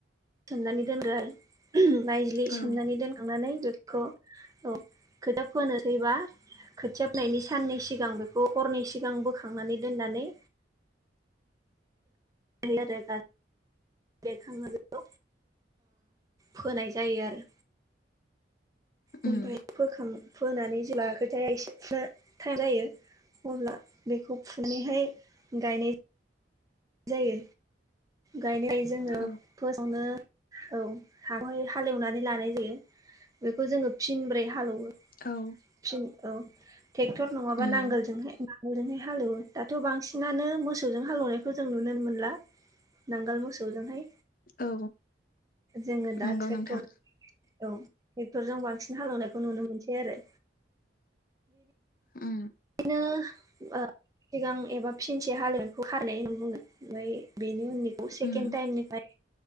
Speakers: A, on the right; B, on the left.
A: सोमनानै दोनदो आरो नायज्लि सोमनानै
B: औ
A: दोनखांनानै खौ औ खोथा फोनोसैबा खोथियााबनायनि साननै सिगां बेखौ हरनै सिगां बोखांनानै दोननानै हल र बेरखाङोखौ फोनाय जायो आरो
B: उम
A: ओमफ्राय फोखां फोनानै जेब्लााखोथायाया एसे थ जायो अब्ला बेखौ फुैहाय गायनाय जायो गायनाय हायो जोङो
B: औ
A: फार्स्ट नो औहाय हालेवनानै लानाय जायो बेखौ जोङो फिनब्रै हालेवो
B: औ
A: फिन औ ट्रेक्टर नङाबा
B: उम
A: नांगोलजोंहाय हओरैहाय हालेवो दाथ' बांसिनानो मोसौजों हालेवनायखौ जों नुनो मोनला नांगाल मोसौजोंहाय
B: औ
A: जोङो दा
B: नंगौ
A: ट्रेक्टर
B: नोंथां
A: औ ट्रेक्टरजों बांसिन हालेवनायखौ नुनो मोनसै आरो
B: उ
A: बिदिनो सिगां एबा फिनसे हालेवखौ खारनाय होननानै बुङो ओमफ्राय बेनि उनैखौ सेकेणड
B: उम
A: टाइमनिफ्राय